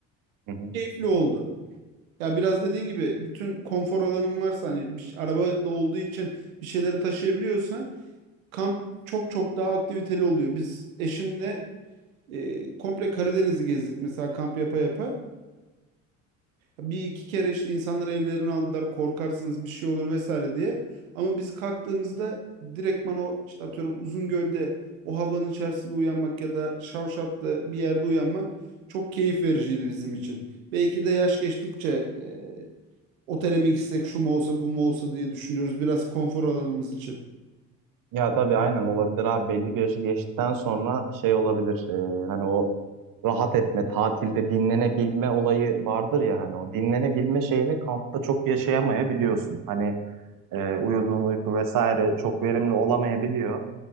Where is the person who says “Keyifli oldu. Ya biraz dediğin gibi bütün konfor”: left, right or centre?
Right